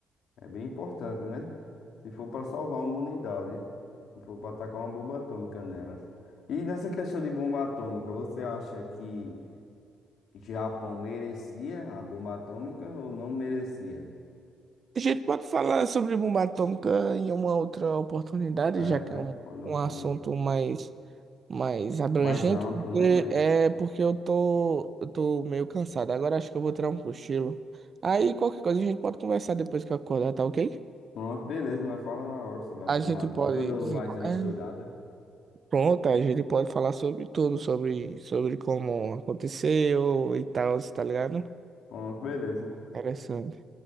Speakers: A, on the left; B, on the right.
A: É bem importante, né? Se for para salvar uma unidade, se for para atacar uma bomba atômica nelas. E nessa questão de bomba atômica, você acha que Japão merecia a bomba atômica ou não merecia?
B: A gente pode falar sobre bomba atômica em uma outra oportunidade,
A: É,
B: já que
A: né?
B: é um,
A: Quando-
B: um assunto
A: quando-
B: mais mais abrangente,
A: Mais amplo,
B: porque
A: né? Mas
B: é porque eu tô, eu tô meio cansado. Agora acho que eu vou tirar um cochilo. Aí qualquer coisa a gente pode conversar depois que eu acordar, tá ok?
A: pronto, beleza, nós fala na hora sobre a
B: A
A: bomba
B: gente
A: atômica.
B: pode
A: Eu dou
B: desenrolar.
A: mais uma estudada.
B: é, Pronto, a gente pode falar sobre tudo, sobre, sobre como aconteceu e tal, tá ligado?
A: Pronto, beleza.
B: Interessante.